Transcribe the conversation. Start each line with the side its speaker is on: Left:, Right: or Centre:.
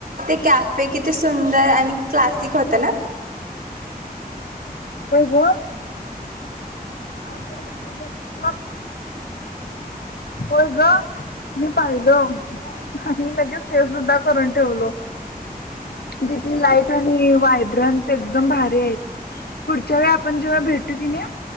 Right: ते कॅफे किती सुंदर आणि क्लासिक होत ना.
Left: होय ग आज रात्री बघतो, होय ग मी पाहिलं आणि लगेच सेव सुद्धा करून ठेवलो, तिथील लाईट आणि वायबररंट् एकदम भारी आहेत. पुढच्या वेळे आपण जेव्हा भेटू कि नाही